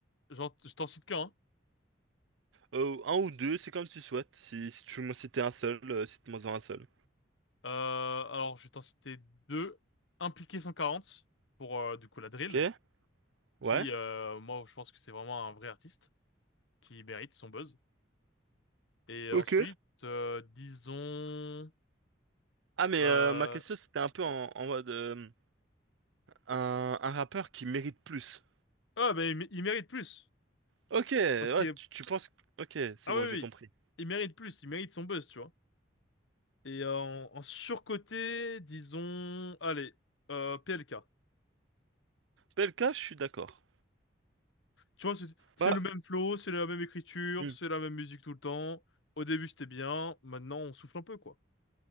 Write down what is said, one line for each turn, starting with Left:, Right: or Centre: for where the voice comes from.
Left: j'en- je t'en cite qu'un hein.
Right: Euh, un ou deux, c'est comme tu souhaites. Si, si tu veux citer un seul, euh, cite-moi-en un seul.
Left: Euh, alors je vais t'en citer deux impliqué 140 pour euh, du coup la drill
Right: Ok? Ouais?
Left: qui euh, moi je pense que c'est vraiment un vrai artiste qui mérite son buzz et
Right: Ok.
Left: ensuite euh, disons
Right: Ah, mais
Left: euh...
Right: euh, ma question, c'était un peu en, en mode euh, un, un rappeur qui mérite plus.
Left: ah bah il mé- il mérite plus
Right: Ok, ouais,
Left: parce que
Right: tu, tu penses... Ok, c'est
Left: Ah
Right: bon,
Left: oui, oui.
Right: j'ai compris.
Left: oui. Il mérite plus, il mérite son buzz, tu vois. Et euh, en, en surcoté, disons, allez, euh, PLK.
Right: Belka, je suis d'accord.
Left: Tu vois, c'est c'est
Right: Bah,
Left: le même flow, c'est la même écriture,
Right: hmm.
Left: c'est la même musique tout le temps. Au début, c'était bien, maintenant, on souffle un peu, quoi.